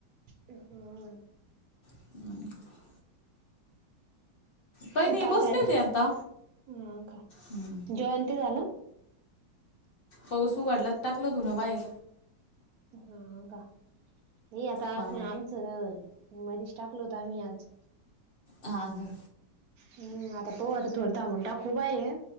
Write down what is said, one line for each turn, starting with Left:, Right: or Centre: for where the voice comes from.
Right: हा हा
Left: ह काही
Right: काय
Left: नाही बसले
Right: चाल
Left: होते आता
Right: हा का
Left: हम्
Right: जेवण ते झालं
Left: पाऊस उघाडला टाकलं धुणं बाहेर
Right: हा का हे आता
Left: हा
Right: आमचं मधीच टाकल होत आम्ही आज
Left: हा हा
Right: हम् आता पाहू आता थोड थांबून टाकू बाई